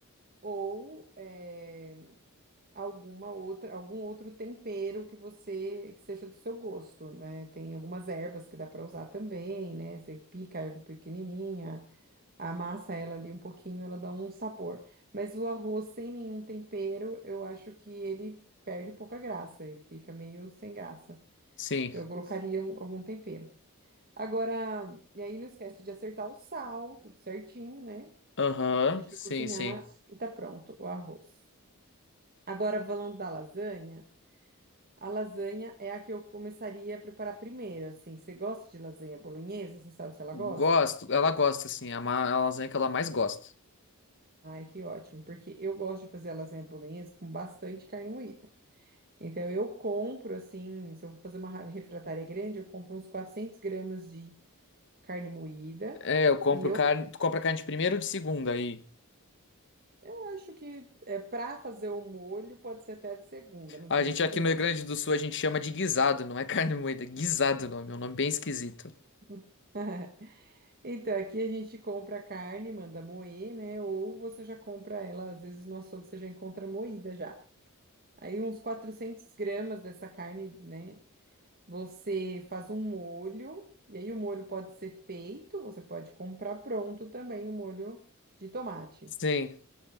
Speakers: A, on the right (about 45°); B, on the left (about 55°).
A: ou eh, alguma outra, algum outro tempero que você que seja do seu gosto, né? Tem algumas ervas que dá para usar também, né? Você pica a erva pequenininha, amassa ela ali um pouquinho, ela dá um sabor. Mas o arroz sem nenhum tempero, eu acho que ele perde um pouco a graça, ele fica meio sem graça.
B: Sim.
A: Então eu colocaria um- algum tempero. Agora, e aí não esquece de acertar o sal, tudo certinho, né?
B: Aham.
A: Deixa
B: Sim,
A: cozinhar
B: sim.
A: e tá pronto o arroz. Agora, falando da lasanha, A lasanha é a que eu começaria a preparar primeiro, assim. Você gosta de lasanha bolonhesa? Você sabe se ela
B: Gosto.
A: gosta?
B: Ela gosta, assim. É uma, é a lasanha que ela mais gosta.
A: Ai, que ótimo, porque eu gosto de fazer a lasanha bolonhesa com bastante carne moída. Então eu compro, assim, se eu vou fazer uma ra- refratária grande, eu compro uns 400 gramas de carne moída.
B: É, eu compro
A: E eu,
B: carne. Tu compra carne de primeira ou de segunda aí?
A: eu acho que é, para fazer o molho pode ser até de segunda, não
B: Ah,
A: tem
B: A gente
A: problema.
B: aqui no Rio Grande do Sul a gente chama de guisado, não é <laughs> carne moída. Guisado o nome, é um nome bem esquisito.
A: <laughs> Então, aqui a gente compra a carne, manda moer, né? Ou você já compra ela, às vezes no açougue você já encontra moída já. Aí uns 400 gramas dessa carne, né? Você faz um molho, e aí o molho pode ser feito, você pode comprar pronto também o molho de tomate.
B: Sim,